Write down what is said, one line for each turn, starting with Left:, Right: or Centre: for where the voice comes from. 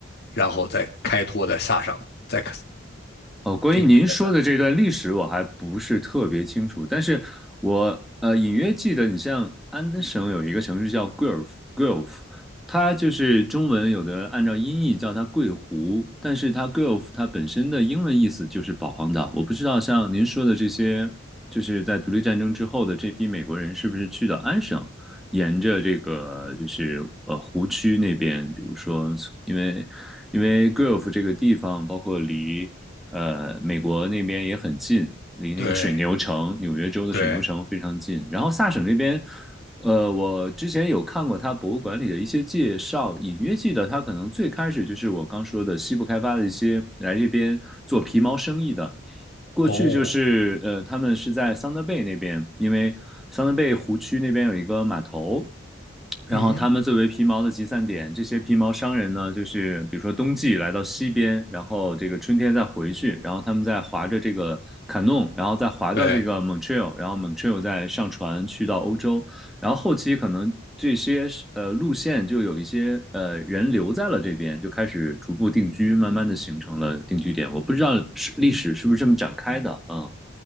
Left: 然后再开拓在萨省，再
Centre: 哦，关于您说的这段历史，
Left: 定居在萨。
Centre: 我还不是特别清楚，但是我呃隐约记得，你像安登省有一个城市叫 g u e l f g u l f 它就是中文有的按照音译叫它桂湖，但是它 g u e l f 它本身的英文意思就是保皇岛。我不知道像您说的这些，就是在独立战争之后的这批美国人是不是去到安省，沿着这个就是呃湖区那边，比如说因为因为 g u e l f 这个地方，包括离。呃，美国那边也很近，离那个水牛城，
Left: 对
Centre: 纽约州的水牛城非常近。
Left: 对，
Centre: 然后萨省那边呃，我之前有看过他博物馆里的一些介绍，隐约记得他可能最开始就是我刚说的西部开发的一些来这边做皮毛生意的，过去就是呃，
Left: 哦，
Centre: 他们是在桑德贝那边，因为桑德贝湖区那边有一个码头，然后他们作为皮毛的集散点，
Left: 嗯哼
Centre: 这些皮毛商人呢，就是比如说冬季来到西边，然后这个春天再回去，然后他们再划着这个卡弄，然后再划到这个
Left: 对，
Centre: Montreal，然后 Montreal 再上船去到欧洲，然后后期可能这些呃路线就有一些呃人留在了这边，就开始逐步定居，慢慢的形成了定居点。我不知道是历史是不是这么展开的，嗯，